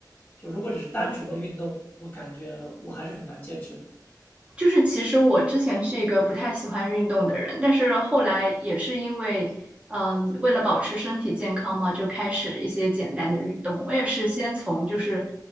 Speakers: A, on the left; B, on the right.
A: 就如果只是单纯的运动，
B: 没错。
A: 我感觉我还是很难坚持的。
B: 就是其实我之前是一个不太喜欢运动的人，但是后来也是因为，嗯，为了保持身体健康嘛，就开始一些简单的运动。我也是先从就是，